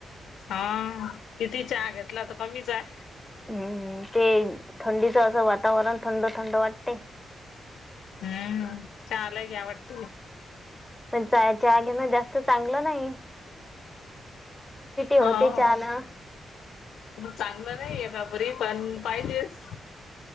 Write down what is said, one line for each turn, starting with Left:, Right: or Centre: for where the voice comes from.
Left: हा किती चहा घेतला तर कमीच आहे.
Centre: हम्मं ते थंडीच असं वातांवरण थंड थंड वाटते
Left: हम्मं चालं घ्यां वाटते
Centre: पणं चायां चहा घेन जास्तं चांगलं नाहीं होते
Left: हो
Centre: चहानं
Left: चांगलं नाहीं यां री पणं पाहिजेस